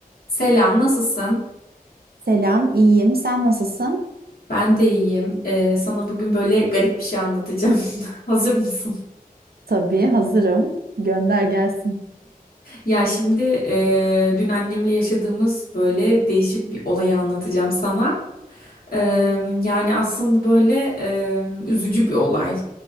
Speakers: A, on the left (about 75°); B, on the right (about 80°).
A: Selam, nasılsın?
B: Selam, iyiyim. Sen nasılsın?
A: Ben de iyiyim. Ee, sana bugün böyle garip bir şey anlatacağım. <laughs> Hazır mısın?
B: Tabii hazırım. Gönder gelsin.
A: Ya şimdi e, dün annemle yaşadığımız böyle değişik bir olayı anlatacağım sana. Ee, yani aslında böyle e, üzücü bir olay.